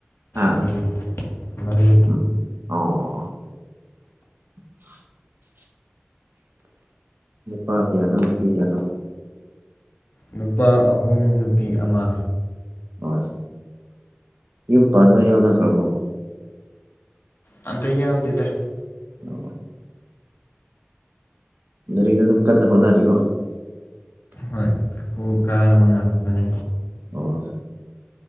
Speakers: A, on the right; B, on the left.
A: ꯑꯝ
B: ꯃꯔꯤ ꯃꯔꯤ
A: ꯎ ꯑꯣ <unintelligible> ꯃꯄꯥꯥ ꯀꯌꯥꯅ ꯅꯨꯄꯤ ꯀꯌꯥꯅ
B: ꯅꯨꯄꯥ ꯑꯍꯨꯝ ꯅꯨꯄꯤ ꯑꯃ
A: ꯍ ꯌꯨꯝ ꯄꯥꯟꯕ ꯌꯥꯎꯅꯈ꯭ꯔꯕꯣ
B: ꯑꯝꯇ
A: <unintelligible>
B: ꯌꯥꯎꯗꯦꯗ
A: ꯔꯤꯗ ꯑꯗꯨꯝ ꯀꯟꯅ ꯍꯣꯠꯅꯅꯤꯀꯣ
B: ꯍꯣꯏ ꯀꯨ ꯀꯥꯔꯕ ꯉꯥꯛꯇꯅꯦ
A: ꯑꯣ